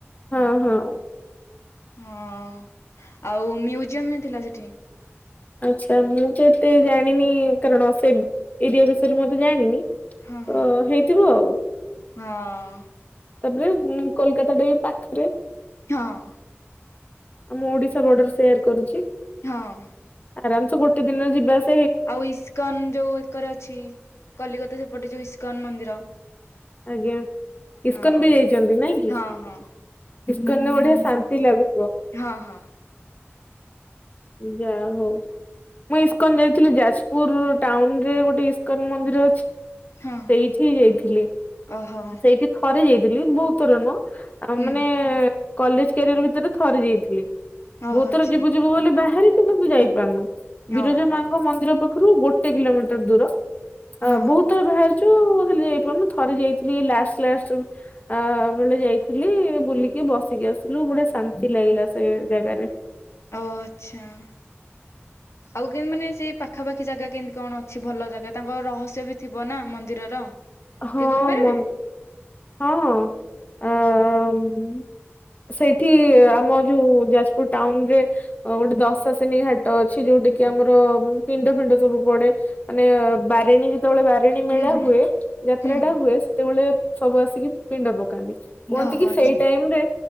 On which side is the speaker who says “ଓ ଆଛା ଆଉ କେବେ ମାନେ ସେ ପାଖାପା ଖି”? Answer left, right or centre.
Left